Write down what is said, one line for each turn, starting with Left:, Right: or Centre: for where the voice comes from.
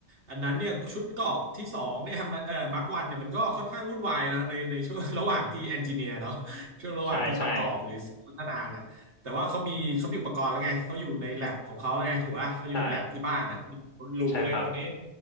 Right: อันนั้นเนี่ยชุดเกาะที่สองเนี่ยมันเออมาร์ควันเนี่ยมันก็ค่อนข้างวุ่นวายนะในในช่วงระหว่างที่เอนจิเนียร์เนาะช่วงระหว่างที่ประกอบหรือพัฒนาเนี่ยแต่ว่าเขามีเขามีอุปกรณ์แล้วไงเขาอยู่ในแลบของเขาแล้วไงถูกป่ะเขาอยู่ในแลบที่บ้านน่ะ
Left: ใช่ใช่ใช่
Right: รู้เลยคราวนี้
Left: ใช่ครับ